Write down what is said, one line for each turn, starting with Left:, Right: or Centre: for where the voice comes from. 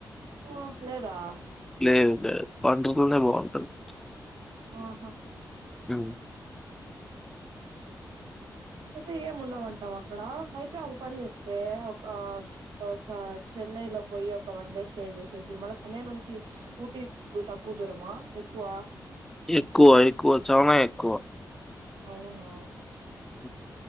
Right: ఆ లేదా
Centre: లేదు లేదు పంటతోనే బాగుంటంది
Right: ఆహా
Centre: ఉ
Right: అయితే ఏముండవంటావ అక్కడ అయితే ఒక పని చేస్తే ఒక ప్చ్ ఒస చెన్నై లో పోయి ఒక వన్ డే స్టే చేసేసి మళ్ళీ చెన్నై నుంచి ఊటీ దు తక్కువ దూరమా ఎక్కువ
Centre: ఎక్కువ ఎక్కువ చనా ఎక్కువ
Right: అవునా
Centre: అఓ